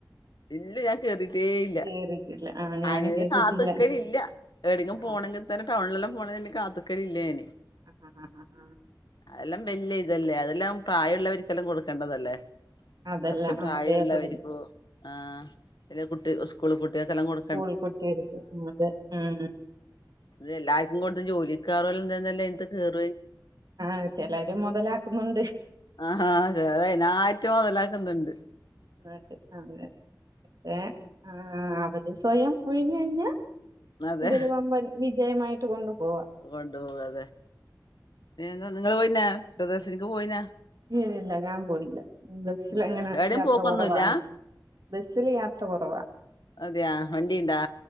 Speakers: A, on the left (about 80°); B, on the right (about 65°).
A: ഇല്ലെയ് ഞാൻ കേറീട്ടേ ഇല്ല.
B: കേറിയിട്ടില്ല ആ ഞാനും
A: അയ്നായിട്ട്
B: കേറിയിട്ടില്ല
A: കാത്ത്ക്കലില്ല. എവിടെങ്കിലും
B: ആ
A: പോണെങ്കി തന്നെ ടൗൺലെല്ലാം പോണെന് കാത്ത്ക്കലില്ല ഞാന്.
B: അ. ഹ ഹ ഹ ഹാ.
A: അതെല്ലാം വെല്ല്യേ ഇതല്ലേ അതെല്ലാം പ്രായള്ളവര്ക്കെല്ലാം കൊട്ക്കണ്ടതല്ലേ?
B: അതല്ല
A: കൊറച്ച് പ്രായള്ളവര്ക്കും,
B: ആ അതെ അതെ അതെ
A: ആ, അല്ലേ കുട്ടി സ്കൂള് കുട്ട്യാക്കെല്ലാം കൊട് -
B: സ്കൂള് കുട്ട്യാക്കൊക്കെ കൊടുക്കുന്നത്. ഉം.
A: ഇത് എല്ലാര്ക്കും കൊട്ത്ത് ജോലിക്കാർനൽ തന്നല്ലേ ഇത് കേ -
B: ആ, ചെലര് മൊതലാക്ക്ന്ന്ണ്ട്.
A: ആ, ചെലരയ്നായ്റ്റ് മൊതലാക്ക്ന്ന്ണ്ട്.
B: നാട്ട് ആ, എ അവര് സ്വയം ഒഴിഞ്ഞ് കഴിഞ്ഞ-
A: അതെ
B: ഇതൊരു വമ്പൻ വിജയമായിട്ട് കൊണ്ടുപോവാം.
A: കൊണ്ടുപോകും അതെ. പിന്നെന്താ നിങ്ങള് പോയീനോ പ്രിയദർശിനിക്ക് പോയീനോ?
B: ഇല്ല ഇല്ല ഞാൻ പോയില്ല. ബസ്സ്ലങ്ങനെ
A: അതെയാ എവിടെയും
B: യാത്ര
A: പോക്കൊന്നുല്ല
B: കൊറവാണ്. ബസ്സിൽ യാത്ര കൊറവാ.
A: അതെയാ വണ്ടിയുണ്ടോ?